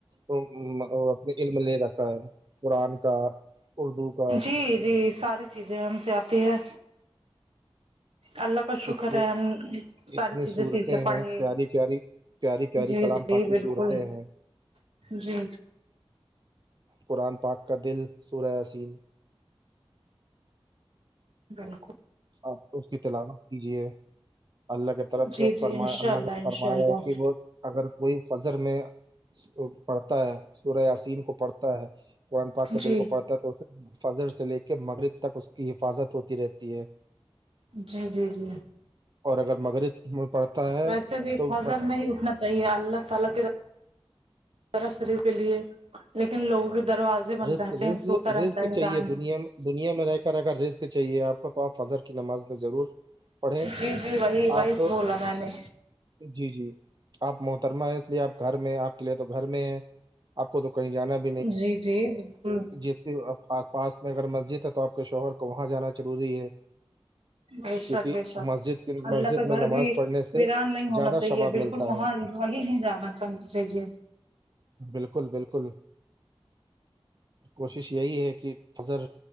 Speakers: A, on the right; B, on the right.
A: اپنے علم لے رتا ہے قرآن کا اردو کا
B: جی جی ساری چیزیں ہم سے آتی ہے اللہ کا شکر
A: اتنی
B: ہے ہم ساری
A: اتنی
B: چیزیں
A: صورتیں
B: سیکھے پڑھے
A: ہیں پیاری پیاری پیاری پیاری
B: جی
A: کلام
B: جی
A: باقی
B: بالکل
A: صورتیں ہیں <unintelligible>
B: جی
A: قرآن پاک کا دل سورا حسین
B: بالکل
A: ہاں اس کی تلاوت کیجیے اللہ کی طرف سے
B: جی جی
A: فرمایا
B: انشاء
A: اللہ نے
B: انشاء
A: فرمایا
B: اللہ
A: ہے کہ وہ اگر کوئی فضر میں پڑھتا ہے سورہ عسین کو پڑھتا ہے قرآن پاک کے
B: جی
A: دل کو پڑھتا ہے تو فجر سے لے کے مغرب تک اس کی حفاظت ہوتی رہتی ہے
B: جی جی جی
A: اور اگر مغرب میں پڑتا ہے
B: ویسے بھی
A: تو
B: حضر میں ہی اٹھنا چاہیے اللہ تعال کے ترفری کے لیے لیکن لوگوں کے دروازے بند
A: رک
B: رہتے
A: ر
B: ہیں سوتا رہتا
A: رسک
B: ہے انسان
A: چاہیے دنیا دنیا میں رہ کر رہ رسک چاہیے آپ کو تو آپ فضر نماز میں ضرور پڑھیں
B: جی جی وہی وہی
A: آپ
B: بولا میں نے
A: جی جی آپ محترمہ ہیں اس لیے آپ گھر میں آپ کے لیے تو گھر میں ہیں آپ کو تو کہیں جانا بھی
B: جی جی بالکل
A: جس آس پاس میں اگر مسجد ہے تو آپ کے شوہر کو وہاں جانا ضروری ہے
B: بے
A: کیونکہ
B: شک بےشک
A: مسجد کی
B: اللہ
A: مسجد
B: کا گھر
A: میں نماز
B: بھی
A: پڑھنے سے
B: ویران نہیں ہونا
A: زیادہ
B: چاہیے
A: شباب
B: بالکل
A: ملتا
B: وہاں
A: ہے
B: وہیں نہیں جانا چ چاہیے
A: بالکل بالکل کوشش یہی ہے کہ فذر